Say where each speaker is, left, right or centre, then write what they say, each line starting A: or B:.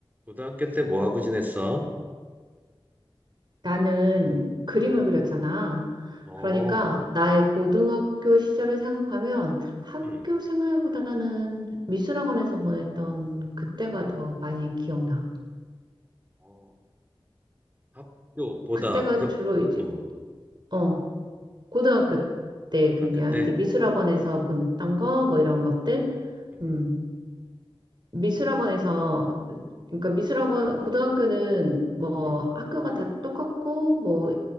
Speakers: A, on the right; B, on the right.
A: 고등학교 때 뭐하고 지냈어?
B: 나는 그림을
A: 음.
B: 그렸잖아.
A: 어,
B: 그러니까 나의 고등학교 시절을 생각하면 학교
A: 음.
B: 생활보다는 미술학원에서 보냈던 그때가 더 많이 기억나.
A: 어. 학교보다,
B: 그때가
A: 그,
B: 주로 이제
A: 음.
B: 어 고등학교 때
A: 고등학교
B: 그냥
A: 때?
B: 이제 미술학원에서 보냈던 거 뭐 이런 것들.
A: 음.
B: 음 미술학원에서 그러니까 미술학원 고등학교는 뭐
A: 음.
B: 학교가 다 똑같고 뭐